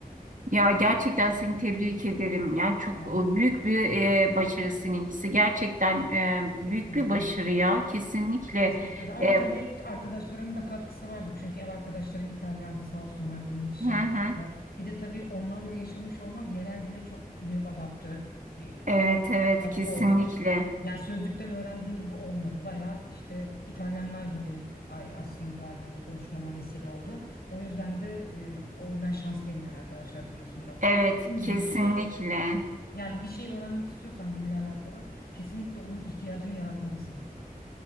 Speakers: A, on the right (about 55°); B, on the left (about 85°).
A: Ya gerçekten seni tebrik ederim. Yani çok
B: Ha.
A: e, büyük bir e, başarı seninkisi. Gerçekten e,
B: Teşekkür
A: büyük
B: ederim.
A: bir başarı ya. Kesinlikle.
B: Teşekkür ederim. Ama
A: E,
B: tabii arkadaşlarımın da katkısı vardı. Çünkü ev arkadaşlarım İtalyandı sağ olsunlar beni hiç şey
A: hı
B: yapmadılar.
A: hı.
B: Bir de tabii onlarla yaşamış olmak yerel dile çok büyük adapte, e,
A: Evet evet
B: adapte
A: kesinlikle.
B: oldum. Yani sözlükten öğrendiğim gibi olmadı. Bayağı işte İtalyanlar gibi ay aslında hani konuşmama vesile oldu. O yüzden de e, o yüzden şanslıyım yani arkadaşlar konusunda.
A: Evet
B: Ama dediğim gibi
A: kesinlikle.
B: kişi yani bir şey öğrenmek istiyorsan dille alakalı kesinlikle onun ihtiyacını yaratmalısın.